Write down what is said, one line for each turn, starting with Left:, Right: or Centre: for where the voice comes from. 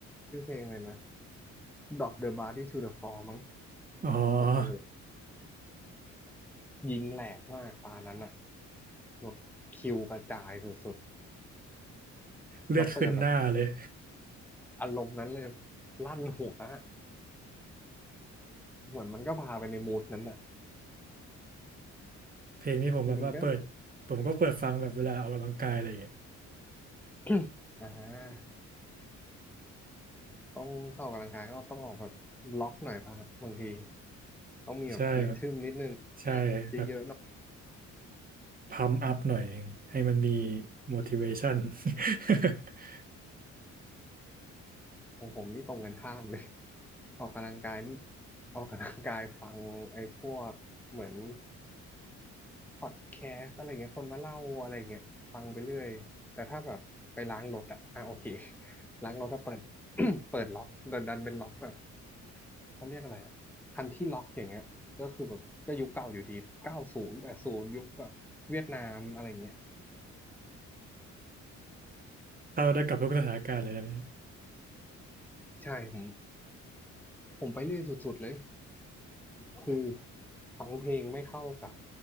Centre: ชื่อเพลงเลยนะ Drop the Body to the Floor มั้ง
Right: อ๋อ
Centre: โอ้โหยิงแหลกมากตานั้นอะแบบคิวกระจายสุดๆแล้วเปิดแบบ
Right: เลือดขึ้นหน้าเลย
Centre: อารมณ์นั้นเลยลั่นหัวอะเหมือนมันก็พาไปในมูดนั้นอะ
Right: เพลงนี้ผมแบบว่าเปิดผมก็เปิดฟังแบบเวลาออกกำลังกายอะไรอย่างเงี้ย
Centre: คือมันก็ <coughs> อ่าต้องถ้าออกกำลังกายก็ต้องออกแบบล็อกหน่อยป่ะฮะบางทีต้องมีแบบริทึมนิดนึงบีบเยอะๆหน่อย
Right: <laughs> ใช่แบบใช่แบบพัมอัพหน่อยหนึ่งให้มันมี motivation <laughs>
Centre: ของผมนี่ตรงกันข้ามเลย <laughs> ออกกำลังกายนี่ออกกำลังกายฟังไอ้พวกเหมือนพอดแคสต์อะไรเงี้ยคนมาเล่าอะไรเงี้ยฟังไปเรื่อยแต่ถ้าแบบไปล้างรถอะอ่ะโอเค <laughs> ล้างรถถ้าเปิด <coughs> เปิดล็อกดันดันเป็นล็อกแบบ เขาเรียกอะไรอ่ะคันที่ล็อกอย่างเงี้ยก็คือแบบก็ยุคเก่าอยู่ดีเก้าศูนย์แต่ศูนย์ยุคแบบเวียดนามอะไรเงี้ย
Right: เข้าได้กับทุกสถานการณ์เลยนะเนี่ย
Centre: ใช่ผมผมไปเรื่อยสุดๆเลยคือฟังเพลงไม่เข้ากับ